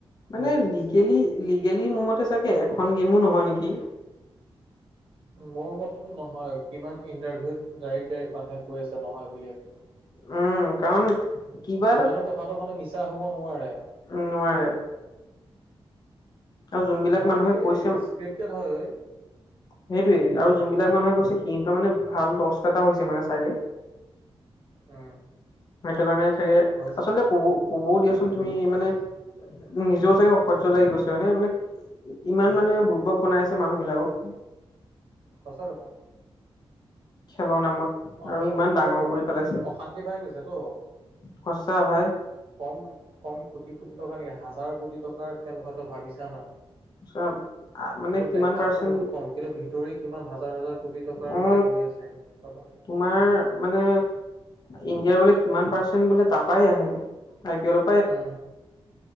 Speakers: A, on the left; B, on the right.
A: মানে
B: বেটিং চিষ্টেম
A: লিগেলি লিগেলি মোৰ মতে চাগে এখন গেমো নহয় নেকি?
B: মোৰ মতেতো নহয় কিমান ইণ্টাৰভিউত ডাইৰেক্ট ডাইৰেক্ট মানুহে কৈ আছে নহয় বুলি একো।
A: উম কাৰণ কিবা
B: ইমানো কথাটো মানে মিছা হ'ব নোৱাৰে।
A: উম, নোৱাৰে। আৰু যোনবিলাক
B: হয়
A: মানুহে
B: এই
A: কৈছে
B: স্ক্ৰিপ্টেড হয় ঐ
A: সেইটোৱে, আৰু যোনবিলাক মানুহে কৈছে সি মানে ভাল লষ্ট এটা হৈছে মানে চাগে।
B: উম।
A: সেইটো কাৰণে চাগে
B: হৈছে
A: আচলতে ক'ব ক'বও দিয়াচোন, তুমি মানে নিজৰও চাগে অসহ্য লাগি গৈছে, হয় নে? মানে ইমান
B: সেইটোৱেটো
A: মানে বুৰ্বক বনাই আছে মানুহ বিলাকক।
B: সঁচা কথা।
A: খেলৰ নামত।
B: মানুহে
A: আৰু ইমান
B: মানে তোৰ
A: ডাঙৰ কৰি পেলাইছে
B: অশান্তি পাই গৈছে তো।
A: সঁচা ভাই।
B: কম কম কোটি কোটি টকা নেকি, হাজাৰ কোটি টকাৰ খেল হয় তই ভাবিছা না?
A: সঁচা মানে
B: সেইটো
A: কিমান
B: দেখাতটো
A: পাৰ্চেন্ট
B: বহুত কম। কিন্তু ভিতৰি কিমান হাজাৰ হাজাৰ কোটি টকাৰ
A: অ
B: খেল হৈ আছে চালা।
A: তোমাৰ মানে ইণ্ডিয়াৰ বোলে কিমান পাৰ্চেন্ট বোলে তাৰাপাই আহে আই পি এল,
B: উম,